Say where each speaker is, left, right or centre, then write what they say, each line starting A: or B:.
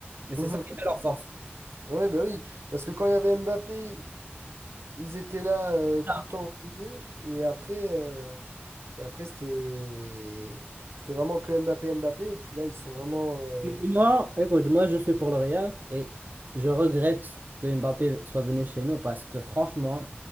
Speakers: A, on the right (about 50°); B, on the right (about 85°).
A: Et c'est
B: Mhm.
A: ça qui fait leur force.
B: Oui, bah oui, parce que quand il y avait Mbappé, ils étaient là euh, tout
A: Ah,
B: le temps au milieu et après, euh, et après c'était c'était vraiment que Mbappé, Mbappé et puis là, ils sont vraiment... euh,
A: m- Moi, écoute, moi je suis pour le Real et je regrette que Mbappé soit venu chez nous parce que franchement,